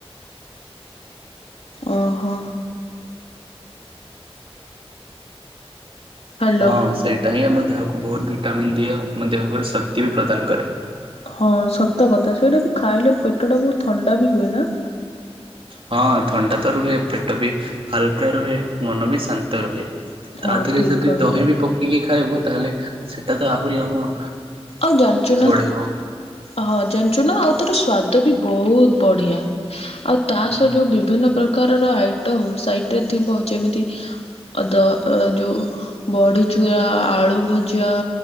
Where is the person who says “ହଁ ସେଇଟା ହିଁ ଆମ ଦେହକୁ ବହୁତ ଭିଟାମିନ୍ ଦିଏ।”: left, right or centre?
Right